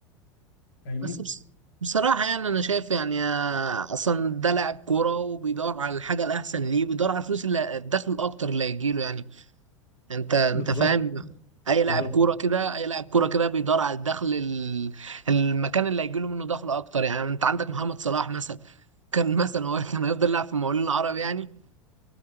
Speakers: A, on the left; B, on the right.
A: فاهمني
B: بس بس بصراحة يعني أنا شايف يعني آه، أصلا ده لاعب كورة وبيدور على الحاجة الأحسن ليه بيدور على الفلوس اللي الدخل الأكتر اللي هيجيله يعني انت انت
A: بالظبط
B: فاهم اي لاعب
A: بالظبط
B: كوره كده اي لاعب كوره كده بيدور على الدخل ال- المكان اللي هيجي له منه دخل اكتر يعني انت عندك محمد صلاح مثلا كان مثلا هو كان هيفضل يلعب في المقاولين العرب يعني